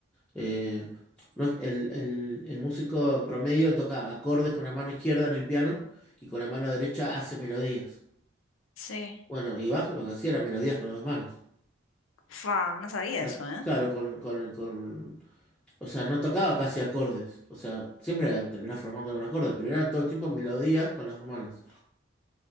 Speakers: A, in the centre; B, on the left.
A: Eh, no es- el, el- el músico en promedio toca acordes con la mano izquierda en el piano y con la mano derecha hace melodías.
B: Sí.
A: Bueno, y Bach lo que hacía eran melodías con las dos manos.
B: Fa, no sabía
A: La-
B: eso, ¿eh?
A: claro, con, con, con- O sea, no tocaba casi acordes. O sea, siempre terminaba formando un acorde, pero era todo el tiempo melodía con las dos manos.